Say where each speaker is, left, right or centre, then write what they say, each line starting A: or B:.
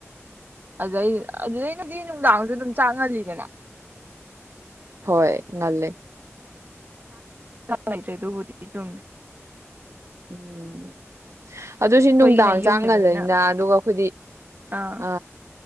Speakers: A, on the right; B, on the right.
A: ꯑꯗ ꯑꯗꯨꯗꯤ ꯅꯨꯡꯗꯥꯡꯁꯨ ꯑꯗꯨꯝ ꯆꯥꯡꯍꯜꯂꯤꯗꯅ
B: ꯍꯣꯏ ꯉꯜꯂꯦ
A: ꯂꯩꯇ꯭ꯔꯦ ꯑꯗꯨꯕꯨꯗꯤ ꯆꯨꯝꯃꯦ
B: ꯎꯝ ꯑꯗꯨꯁꯨ
A: ꯑꯩꯈꯣꯏꯒꯤꯅ
B: ꯅꯨꯡꯗꯥꯡ
A: ꯌꯨꯝ
B: ꯆꯥꯡꯒ
A: ꯑꯣꯏꯕꯅꯤꯅ
B: ꯉꯜꯂꯅꯤ ꯑꯗꯨꯒ ꯑꯩꯈꯣꯏꯗꯤ
A: ꯑꯥ
B: ꯑ